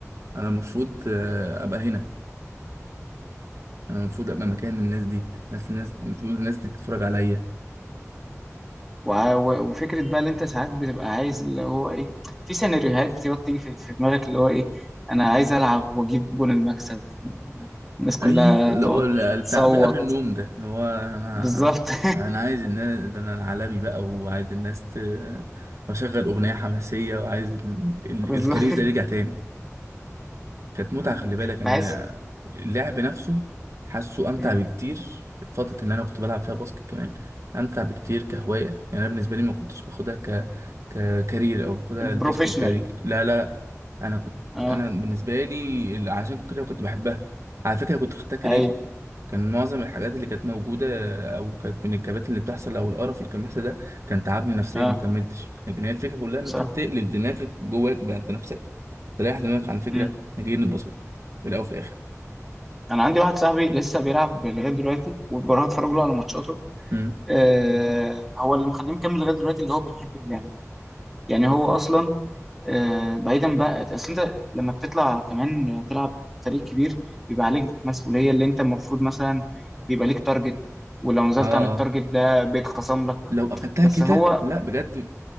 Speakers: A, on the right; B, in the centre.
A: انا المفروض آه، ابقى هنا انا المفروض ابقى مكان الناس دي ناس الناس المفروض الناس دي تتفرج عليا
B: وع- و- وفكرة بقى اللي انت ساعات بتبقى عايز اللي هو ايه في سيناريوهات بتبقى بتيجي في في دماغك اللي هو ايه انا عايز العب واجيب جون المكسب الناس كلها
A: اي اللي
B: تقعد
A: هو ال- بتاع
B: تصوت
A: قبل قبل النوم ده اللي هو انا
B: بالظبط <laughs>
A: انا عايز الناس ده انا العالمي بقى وعايز الناس ت... واشغل اغنيه حماسيه وعايز ال... ال...
B: بالظبط
A: الكارير ده يرجع تاني كانت متعة خلي بالك
B: بحس
A: أنا اللعب نفسه حاسه أمتع
B: مم.
A: بكتير الفترة اللي أنا كنت بلعب فيها باسكت كمان أمتع بكتير كهواية يعني أنا بالنسبة لي ما كنتش باخدها ك ككارير أو باخدها
B: بروفيشنال
A: الباسكت كارير لا لا لا. أنا كنت
B: اه
A: أنا بالنسبة لي ال- عشان كده كنت بحبها على فكرة كنت خدتها كارير
B: ايوه
A: كان معظم الحاجات اللي كانت موجودة أو كانت من الكبات اللي بتحصل أو القرف اللي كان بيحصل ده كان تعبني نفسيا
B: اه
A: مكملتش لكن هي الفكرة كلها إن
B: صح
A: أنت تقلب دماغك جواك بقى أنت نفسك تريح دماغك عن فكرة
B: مم.
A: إحنا جايين نتبسط في الأول وفي الآخر
B: انا عندي واحد صاحبي لسه بيلعب لغايه دلوقتي وبروح اتفرج له على ماتشاته
A: امم
B: آه هو اللي مخليه مكمل لغايه دلوقتي اللي هو بيحب اللعب يعني هو اصلا آه، بعيدا بقى اصل انت لما بتطلع كمان تلعب فريق كبير بيبقى عليك مسؤوليه اللي انت المفروض مثلا بيبقى ليك تارجت ولو نزلت
A: آه
B: عن
A: آه
B: التارجت ده بيتخصم لك
A: لو أخدتها
B: بس
A: كده
B: هو
A: لا بجد